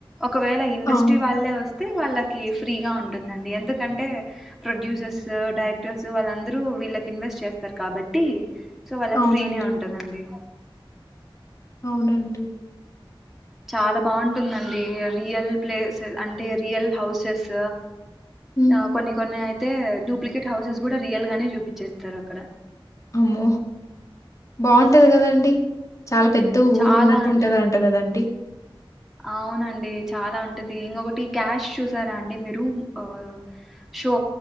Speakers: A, in the centre; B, on the left (about 35°).
A: ఒకవేళ ఇండస్ట్రీ
B: అవును.
A: వాళ్ళే వ తే వాళ్లకి ఫ్రీగా ఉంటుందండి ఎందుకంటే ప్రొడ్యూసర్స్ డైరెక్టర్స్ వాళ్ళందరూ వీళ్ళకి ఇన్వెస్ట్ చేస్తారు కాబట్టి సో వాళ్లకి
B: అవునండి.
A: ఫ్రీ నే ఉంటందండి
B: అవునండి
A: చాలా బాగుంటుందండి రియల్ ప్లేసె అంటే రియల్ హౌసెస్
B: హ్మ్.
A: నౌ కొన్ని కొన్ని అయితే డూప్లికేట్ హౌసెస్ కూడా రియల్ గానే చూపిచేస్తారు అక్కడ
B: అమ్మో బాగుంటది కదా అండి చాలా పెద్ద
A: చాలా
B: ఊరు ఉన్నట్టు
A: అంటే
B: ఉంటదండి కదాదాఅండి
A: అవునండి చాలా ఉంటది ఇంకొకటి క్యాష్ చూసారా అండి మీరు ఆ షో